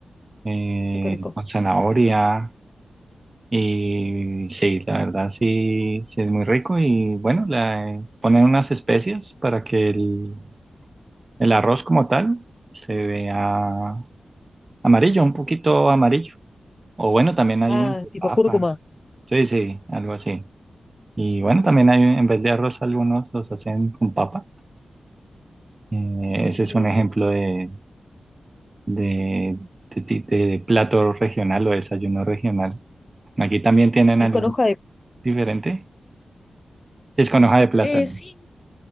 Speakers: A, on the right; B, on the left.
A: eh,
B: Ay, qué rico.
A: con zanahoria. Y sí, la verdad sí, sí es muy rico. Y bueno, le ponen unas especias para que el, el arroz como tal se vea amarillo, un poquito amarillo. O bueno, también hay
B: Ah,
A: unos de
B: tipo
A: papa.
B: cúrcuma.
A: Sí, sí, algo así. Y bueno, también hay, en vez de arroz, algunos los hacen con papa. Eh, ese
B: Ok.
A: es un ejemplo de, de, de ti- de plato regional o desayuno regional. Aquí también tienen
B: Y
A: algo
B: es con hoja de...
A: diferente. Sí, Es con hoja de plátano.
B: Eh, sí,